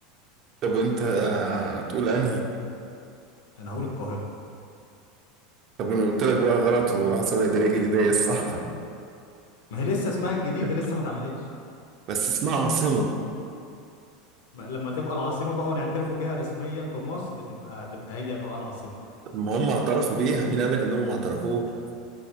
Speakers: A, on the right; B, on the left.
A: طب انت هتقول انهي؟
B: انا هقول القاهرة
A: طب انا قلت لك بقى غلط والعاصمة الإدارية الجديدة هي الصح
B: ما هي لسه اسمها الجديدة
A: <laughs>
B: لسه ما اتعملتش
A: بس اسمها عاصمة
B: ما- لما تبقى العاصمة بقى ونعترفوا بيها رسميا في مصر تبقى تبقى هي بقى العاصمة
A: ما هم اعترفوا بيها مين قال لك انهم ما اعترفوش